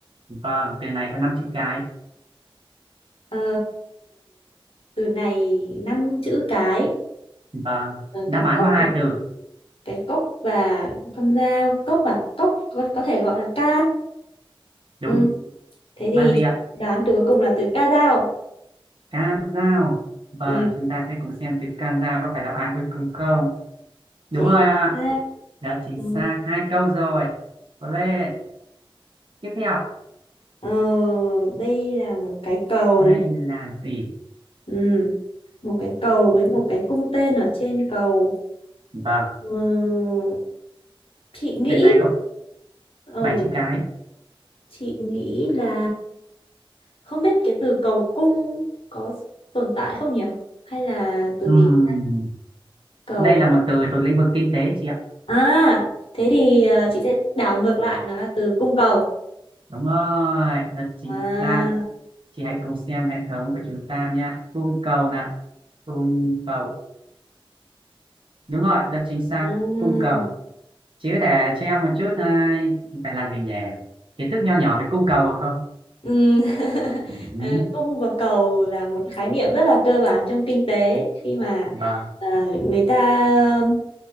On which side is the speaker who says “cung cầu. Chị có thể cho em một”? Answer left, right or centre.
Right